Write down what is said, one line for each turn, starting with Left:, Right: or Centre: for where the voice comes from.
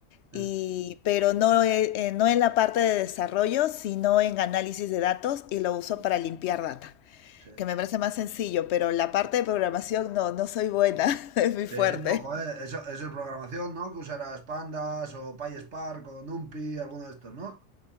Right: <laughs>
Left: y, pero no, he- eh, no en la parte de desarrollo, sino en análisis de datos y lo uso
Right: Sí,
Left: para limpiar data.
Right: sí.
Left: que me parece más sencillo, pero la parte de programación no, no soy buena, <laughs> es muy fuerte.
Right: Sí, no, joder, eso, eso es programación, ¿no? Que usarás Pandas o PySpark o NumPy, alguno de estos, ¿no?